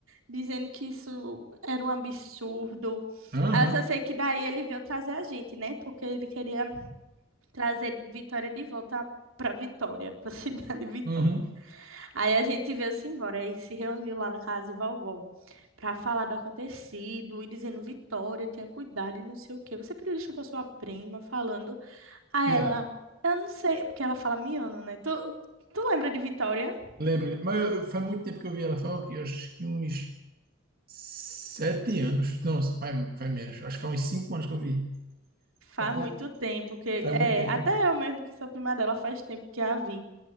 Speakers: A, on the right; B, on the right.
A: dizendo que isso era um absurdo.
B: Aham,
A: Aí eu só sei que daí ele veio trazer a gente, né? Porque ele queria trazer Vitória de volta para Vitória, <laughs> para a cidade de Vitória.
B: uhum.
A: Aí a gente veio-se embora e se reuniu lá na casa de vovó para falar do acontecido e dizendo: Vitória, tenha cuidado e não sei o quê. Você pediu desculpa à sua prima, falando a
B: E
A: ela.
B: ela?
A: Eu não sei, porque ela fala miano, né? Tu, tu lembra de Vitória?
B: Lembro, mas eu- faz muito tempo que eu vi ela, faz o quê? Acho que uns sete anos. Não, faz, faz menos. Acho que faz uns cinco anos que eu vi.
A: Faz
B: Faz pouco,
A: muito tempo que. É,
B: faz muito tempo.
A: até eu mesmo que sou prima dela, faz tempo que a vi.